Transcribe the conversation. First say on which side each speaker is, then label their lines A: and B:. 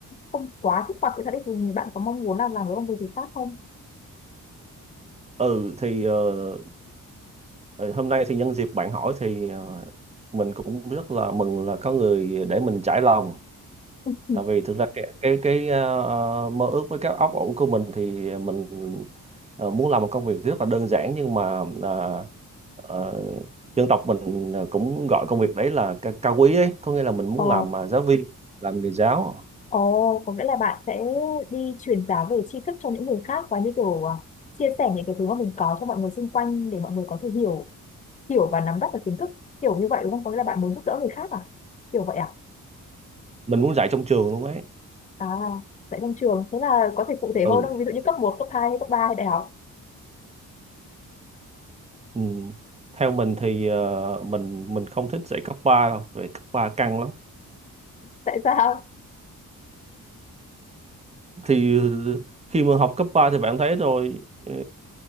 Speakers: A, on the left; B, on the right.
A: không quá thích khoa học kỹ thuật ấy, thì bạn có mong muốn là làm cái công việc gì khác không?
B: ừ thì ờ, ờ, hôm nay thì nhân dịp bạn hỏi thì ờ, mình cũng rất là mừng là có người để mình trải lòng
A: <laughs>
B: tại vì thực ra cái cái, cái ờ, mơ ước với các óc ủ của mình thì mình ờ, muốn làm một công việc rất là đơn giản nhưng mà ờ, ờ, dân tộc mình ờ, cũng gọi công việc đấy là ca, cao quý ấy có nghĩa là mình muốn
A: Ờ
B: làm ờ, giáo viên làm nghề giáo
A: Ồ, có nghĩa là bạn sẽ đi truyền giáo về tri thức cho những người khác và như kiểu à, chia sẻ những cái thứ mà mình có cho mọi người xung quanh để mọi người có thể hiểu hiểu và nắm bắt được kiến thức kiểu như vậy đúng không? Có nghĩa là bạn muốn giúp đỡ người khác à? Kiểu vậy à?
B: mình muốn dạy trong trường luôn ấy
A: À, tại trong trường thế là có thể cụ thể
B: ừ,
A: hơn không? Ví dụ như cấp một cấp hai cấp 3 hay đại học.
B: ừ. theo mình thì ờ, mình mình không thích dạy cấp 3 đâu vì cấp 3 căng lắm
A: <laughs> Tại sao?
B: thì khi mà học cấp 3 thì bạn thấy rồi ờ,